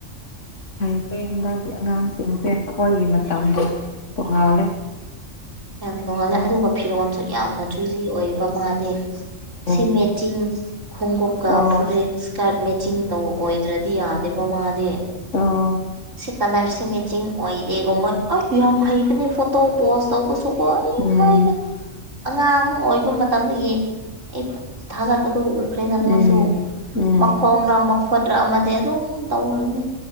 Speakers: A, on the left; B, on the right.
A: ꯍꯥꯏ ꯐꯦ ꯍꯟꯗꯛꯀꯤ ꯑꯉꯥꯡꯁꯤꯡꯁꯦ ꯑꯩꯈꯣꯏꯒꯤ ꯃꯇꯝꯗ
B: ꯎꯝ
A: ꯇꯣꯉꯥꯜꯂꯦ
B: ꯌꯥꯝ ꯅꯣꯉꯥꯜꯂꯦ ꯑꯗꯨꯒ ꯐꯤꯔꯣꯜꯁꯨ ꯌꯥꯝꯅ ꯆꯨꯖꯤ ꯑꯣꯏꯑꯦꯕ ꯃꯥꯗꯤ ꯁꯤꯃꯦꯇꯤꯡ
A: ꯎꯝ
B: ꯈꯣꯡꯎꯞꯀ
A: ꯑꯣ
B: ꯐꯨꯔꯤꯠ ꯏꯁꯀ꯭ꯔꯠ ꯃꯦ ꯆꯤꯡ ꯇꯧ ꯑꯣꯏꯗ꯭ꯔꯗꯤ ꯌꯥꯗꯦꯕ ꯃꯥꯗꯤ
A: ꯑꯣ
B: ꯁꯤ ꯀꯂꯔꯁꯦ ꯃꯦꯠꯆꯤꯡ ꯑꯣꯏꯔꯦꯒꯨꯝꯕꯣꯏ ꯑ ꯌꯥꯝ ꯍꯩꯕꯅꯦ ꯐꯣꯇꯣ ꯄꯣꯁ ꯇꯧꯕꯁꯨ ꯍꯣꯏ
A: ꯎꯝ
B: ꯍꯥꯏꯌꯒ ꯑꯉꯥꯡ ꯑꯣꯏꯕ ꯃꯇꯝꯗꯒꯤ ꯑꯩꯕꯨ ꯊꯥꯒꯠꯄꯗꯣ ꯎ ꯐ꯭ꯔꯦꯗ ꯅꯣꯏꯁꯨ
A: ꯎꯝ ꯎꯝ
B: ꯃꯈꯣꯡꯔꯥ ꯃꯈꯨꯠꯔꯥ ꯑꯃꯗꯤ ꯑꯗꯨꯝ ꯇꯧꯔꯅꯤ